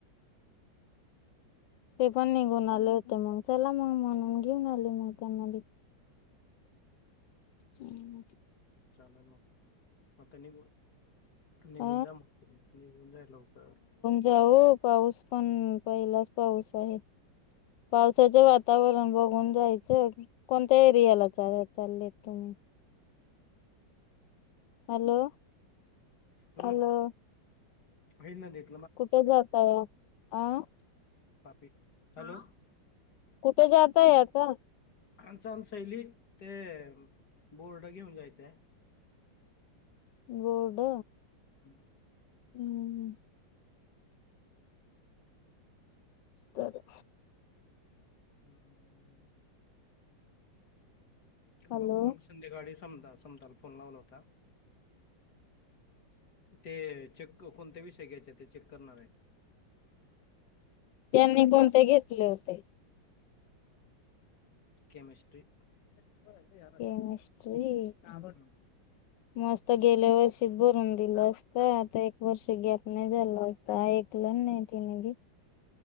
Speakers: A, on the left; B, on the left.
A: ते
B: हम्म,
A: पण निघून आले होते मग चला मग म्हणून घेऊन आली मी त्यांना बी हम्
B: चालेल मग म त्यांनी निघून
A: अ
B: जा मग निघून जा लवकर
A: जा हो पाऊस पण पहिलाच पाऊस आहे पावसाचं वातावरण बघून जायचं कोणत्या एरियाला चाल चाललेत तुम्ही हॅलो
B: हम
A: हॅलो
B: हे ना देख
A: कुठे जाताय आं
B: पापी हॅलो
A: कुठे जातय आता?
B: आण <unintelligible> शैलीत ते बोर्ड घेऊन जायचंय.
A: बोर्ड
B: हम्म
A: हम्म स्तर
B: हम्म
A: हॅलो
B: बघू मग संध्याकाळी समता समताला फोन लावला होता. ते चेक कोणता विषय घ्यायचे ते चेक करणार आहे. <inaudible>
A: त्यांनी कोणते घेतले होते?
B: केमिस्ट्री.
A: <unintelligible> केमिस्ट्री मस्त
B: हम्म.
A: स्त गेल्या वर्षीच भरून दिलं असत. आता एक वर्ष गॅप नाही झाला असता, ऐकलं नाही. तीनी बी.